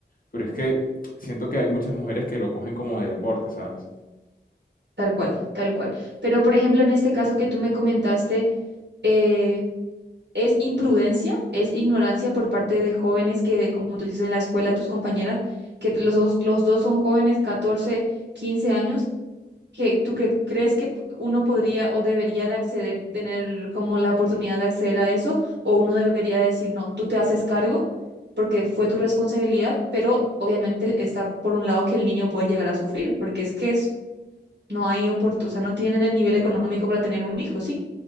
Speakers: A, on the left; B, on the right.
A: Pero es que siento que hay muchas mujeres que lo cogen como de deporte, ¿sabes?
B: Tal cual, tal cual. Pero, por ejemplo, en este caso que tú me comentaste, eh, es imprudencia, es ignorancia por parte de jóvenes que, como tú dices en la escuela, tus compañeras, que los dos, los dos son jóvenes, catorce quince años, que tú cre- crees que p- uno podría o debería de acceder, tener como la oportunidad de acceder a eso, o uno debería decir, no, tú te haces cargo porque fue tu responsabilidad, pero obviamente está por un lado que el niño puede llegar a sufrir, porque es que es- no hay oportunidad, o sea, no tienen el nivel económico para tener un hijo, ¿sí?